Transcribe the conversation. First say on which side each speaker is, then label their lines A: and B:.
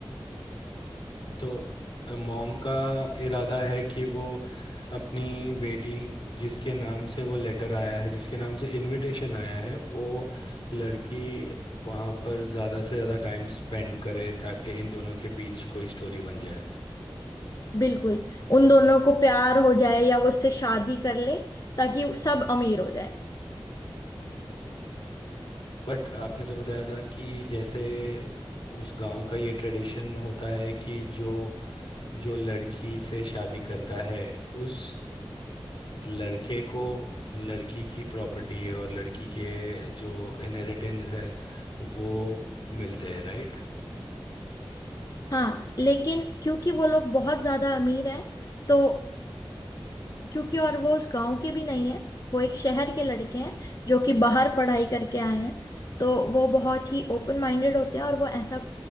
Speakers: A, on the left (about 70°); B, on the left (about 45°).
A: तो मॉम का इरादा है कि वो अपनी बेटी जिसके नाम से वो लेटर आया है जिसके नाम से इनविटेशन आया है वो लड़की वहाँ पर ज़्यादा से ज़्यादा टाइम स्पेंड करे ताकि इन दोनों के बीच कोई स्टोरी बन जाए
B: बिल्कुल उन दोनों को प्यार हो जाए या वो उससे शादी कर ले ताकि वो सब अमीर हो जाए
A: बट आपने तो बताया था कि जैसे उस गांव का ये ट्रेडिशन होता है कि जो जो लड़की से शादी करता है उस लड़के को लड़की की प्रॉपर्टी और लड़की के जो इनहेरिटेंस है वो मिलते हैं राइट
B: हाँ लेकिन क्योंकि वो लोग बहुत ज्यादा अमीर हैं तो क्योंकि और वो उस गांव के भी नहीं है वो एक शहर के लड़के हैं जो कि बाहर पढ़ाई करके आए हैं तो वो बहुत ही ओपन माइंडेड होते हैं और वो ऐसा